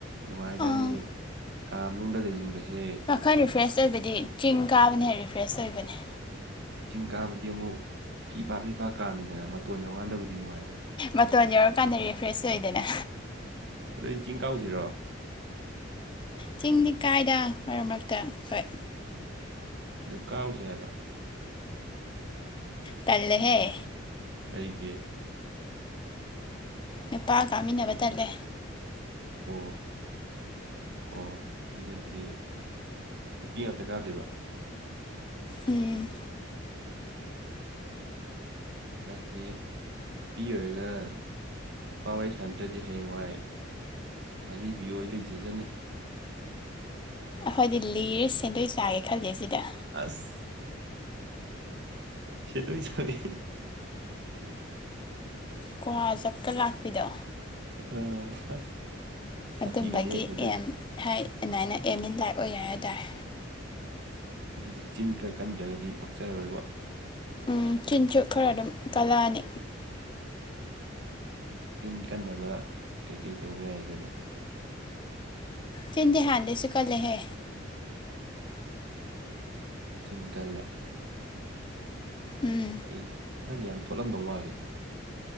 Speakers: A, on the right (about 60°); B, on the left (about 25°).
A: ꯅꯨꯡꯉꯥꯏꯖꯅꯤ
B: ꯑꯥ
A: ꯍꯦ ꯀꯥ ꯃꯅꯨꯡꯗ ꯂꯩꯁꯤꯟꯕꯁꯦ
B: ꯋꯥꯈꯟ ꯔꯤꯐ꯭ꯔꯦꯁ ꯑꯣꯏꯕꯗꯤ ꯆꯤꯡ ꯀꯥꯕꯅ ꯍꯦꯟ ꯔꯤꯐ꯭ꯔꯦꯁ ꯑꯣꯏꯕꯅꯦ
A: ꯆꯤꯡ ꯀꯥꯕꯗꯤ ꯑꯃꯨꯛ ꯐꯤ ꯐꯥ ꯐꯤ ꯐꯥ ꯀꯥꯝꯃꯤꯗꯅ ꯃꯇꯣꯟ ꯌꯧꯒꯥꯟꯗꯕꯨꯗꯤ ꯅꯨꯡꯉꯥꯏꯕ
B: ꯃꯇꯣꯟ ꯌꯧꯔꯀꯥꯟꯗ ꯔꯤꯐ꯭ꯔꯦꯁ ꯑꯣꯏꯗꯅ
A: ꯑꯗꯣ ꯆꯤꯡ ꯀꯥꯎꯖꯤꯔꯣ
B: ꯆꯤꯡꯗꯤ ꯀꯥꯏꯗ ꯃꯔꯛ ꯃꯔꯛꯇ ꯍꯣꯏ
A: ꯑꯗꯨ ꯀꯥꯎꯖꯦ ꯍꯥꯏꯕ
B: ꯇꯜꯂꯦꯍꯦ
A: ꯀꯩꯒꯤ
B: ꯅꯨꯄꯥꯒ ꯀꯥꯃꯤꯟꯅꯕ ꯇꯜꯂꯦ
A: ꯑꯣ ꯑꯣ ꯑꯗꯨꯗꯤ ꯅꯨꯄꯤ ꯉꯥꯛ ꯇ ꯀꯥꯗꯣꯏꯕ
B: ꯎꯝ
A: ꯇꯜꯂꯤꯍꯦ ꯅꯨꯄꯤ ꯑꯣꯏꯔꯒ ꯅꯨꯄꯥ ꯋꯥꯔꯤ ꯁꯥꯟꯅꯗ꯭ꯔꯗꯤ ꯍꯌꯦꯡ ꯋꯥꯏ ꯑꯔꯤꯕꯤ ꯑꯣꯏ ꯂꯩꯖꯖꯅꯤ
B: ꯑꯈꯣꯏꯗꯤ ꯂꯤꯔ ꯁꯦꯟꯗꯣꯏ ꯆꯥꯒꯦ ꯈꯜꯂꯤꯁꯤꯗꯤ
A: ꯑꯁ ꯁꯦꯟꯗꯣꯏ ꯆꯥꯕꯤ
B: ꯀ꯭ꯋꯥ ꯖꯞꯀ ꯂꯥꯛꯄꯤꯗꯣ
A: ꯑꯥ ꯑꯁ ꯁꯥꯊꯤꯕꯅꯦꯍꯦ
B: ꯑꯗꯨꯝꯕꯒꯤ
A: ꯁꯦꯟꯗꯣꯏ
B: ꯑꯦꯝ ꯍꯥꯏ ꯑꯗꯨꯃꯥꯏꯅ ꯑꯦꯝ ꯏꯟ ꯂꯥꯐ ꯑꯣꯏ ꯍꯥꯏꯇꯥꯔꯦ
A: ꯑꯗꯨ ꯆꯤꯟ ꯈꯔ ꯀꯟꯗ꯭ꯔꯒꯗꯤ ꯄꯛꯆꯔꯣꯏꯕꯣ
B: ꯎꯝ ꯆꯤꯟꯁꯨ ꯈꯔ ꯑꯗꯨꯝ ꯀꯜꯂꯛꯑꯅꯤ
A: ꯆꯤꯟ ꯀꯟꯅꯕ ꯀꯩꯀꯩ ꯇꯧꯕ ꯌꯥꯏ ꯑꯗꯨꯗꯤ
B: ꯆꯤꯟꯗꯤ ꯍꯥꯟꯗꯩꯁꯨ ꯀꯜꯂꯦꯍꯦ
A: ꯆꯤꯟ ꯀꯜꯂꯦ
B: ꯎꯝ
A: ꯑꯩ ꯈꯪꯗꯦ ꯌꯥꯝ ꯊꯣꯠꯂꯝꯗꯧ ꯃꯥꯜꯂꯦ